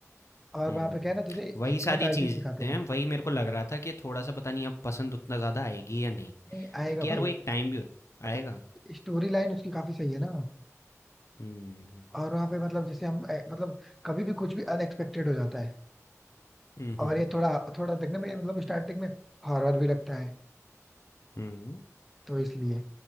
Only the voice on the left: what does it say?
हम्म
वही
सारी चीज़ें
हैं
वही मेरे को लग रहा था कि थोड़ा सा पता नहीं अब पसंद उतना ज़्यादा आएगी या नहीं
क्योंकि यार
वो एक टाइम भी हो- आएगा
हम्म
हम्म
हम्म
हम्म
हम्म